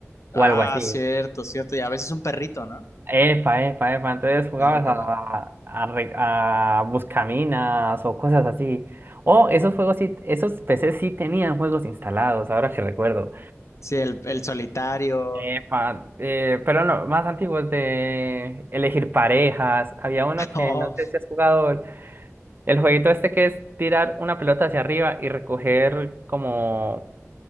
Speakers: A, on the left; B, on the right.
A: Ah,
B: o algo así.
A: cierto, cierto. Y a veces un perrito, ¿no?
B: Epa, epa, epa. Entonces jugabas
A: Ya recordé.
B: a, a, re- a buscaminas o cosas así. O esos juegos sí, esos PCs sí tenían juegos instalados, ahora que recuerdo.
A: Sí, el, el solitario.
B: Epa,
A: <laughs>
B: eh, pero no, más antiguos de elegir parejas. Había uno que
A: Oh.
B: no sé si has jugado el, el jueguito este que es tirar una pelota hacia arriba y recoger como